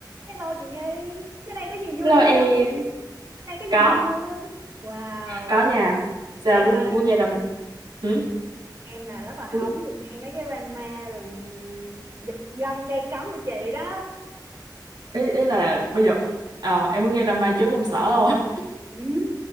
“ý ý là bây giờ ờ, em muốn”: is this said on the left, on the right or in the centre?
Right